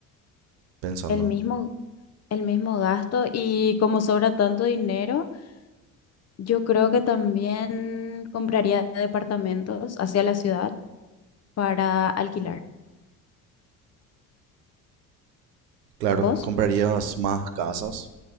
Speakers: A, on the right (about 80°); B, on the left (about 35°).
A: pensando.
B: el mismo, el mismo gasto? Y como sobra tanto dinero, yo creo que también compraría departamentos hacia la ciudad para alquilar.
A: Claro,
B: ¿Vos?
A: comprarías más casas,